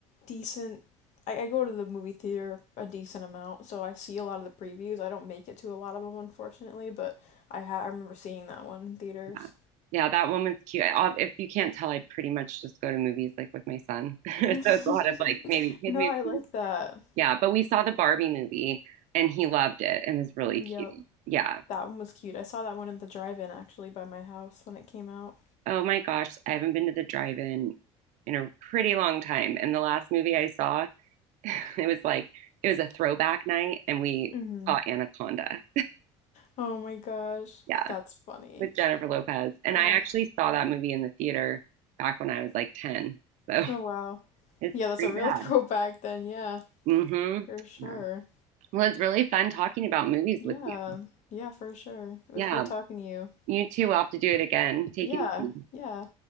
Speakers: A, on the left; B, on the right.
A: decent. I, I go to the movie theater a decent amount, so I see a lot of the previews. I don't make it to a lot of them, unfortunately, but I ha- I remember seeing that one in theaters.
B: Yeah, Yeah, that one was cute. I, if you can't tell, I pretty much just go to movies like with my son. <laughs> So
A: <laughs>
B: it's a lot of like maybe kid
A: No,
B: movies.
A: I like that.
B: Yeah, but we saw the Barbie movie and he loved it and was really
A: Yep,
B: cute. Yeah.
A: that one was cute. I saw that one at the drive-in actually by my house when it came out.
B: Oh my gosh, I haven't been to the drive-in in a pretty long time. And the last movie I saw, <laughs> it was like it was a throwback night and we
A: hmm
B: saw Anaconda.
A: Oh my gosh,
B: Yeah,
A: that's funny.
B: with Jennifer Lopez. And
A: Oh,
B: I actually saw that movie in the theater back when I was like 10. So
A: oh wow.
B: <laughs> it's
A: Yeah, that's
B: pretty
A: a real
B: bad.
A: <laughs> throwback then. Yeah,
B: Mm-hmm.
A: for sure.
B: Yeah. Well, it's really fun talking about movies
A: Yeah,
B: with you.
A: yeah, for sure. It
B: Yeah.
A: was great talking to you.
B: You too will have to do it again. Take
A: Yeah,
B: it easy.
A: yeah.